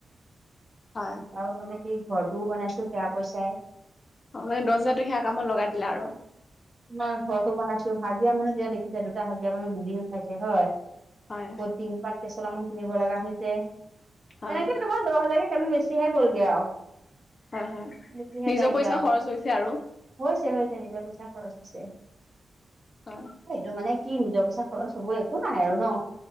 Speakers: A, on the left (about 40°); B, on the right (about 35°).
A: হয়।
B: স কাও মানে কি ঘৰটোও বনাইছো সেয়া পইচাই
A: অ', মানে দহ হাজাৰটোো সেয়া কামত লগাই দিলা আৰু
B: তোমাৰ ঘৰতো বনাইছো হাজিৰা মানুহ তেতিয়া দেখিছে দুটা হাজিৰা মানুহ বিজ খাইছে হয়।
A: হয়
B: কঠিং পাত কেেচলামান কিনিব লগা হৈছে
A: হয়
B: সেনেকে তোমাৰ দহ হাজাৰ কাৰণ বেছিহে গ'লগে আৰু।
A: হয় হয়।
B: বেছিহে
A: নিজৰ
B: যায়গে
A: পইচা
B: আৰু
A: খৰচ হৈছে আৰু।
B: হৈছে হৈছে নিজৰ পইচা। খৰচ সেইটো
A: হয়
B: মানে কি নিজৰ পইচা খৰচ হব একো নাই আৰু ন